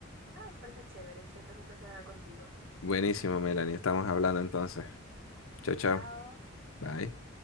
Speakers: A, on the right; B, on the left.
A: Ah, me parece chévere. Siempre es un placer hablar contigo.
B: Buenísimo, Melanie. Estamos hablando entonces. Chao, chao.
A: Chao.
B: Bye.